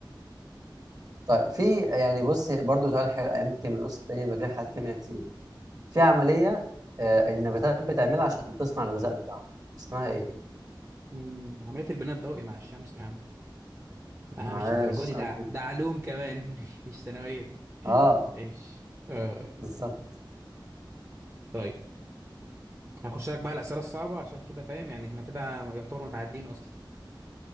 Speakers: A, on the right; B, on the right.
A: طيب في يعني بص برضو سؤال حلو ايام الكيمياء بص تلاقيني بجري حاجات كيمياء كتير في عمليه آه النباتات بتعملها عشان تصنع الغذاء بتاعها اسمها ايه
B: م، عملية البناء الضوئي مع الشمس يا عم لا
A: عاش
B: مش الدرجة دي
A: عاش
B: ده
A: جدا
B: ده علوم كمان <laughs> مش ثانوية دي
A: اه
B: <laughs> ماشي أه
A: بالظبط
B: طيب هخش لك بقى الأسئلة الصعبة عشان كده فاهم يعني احنا كده يعتبر متعادلين أصلا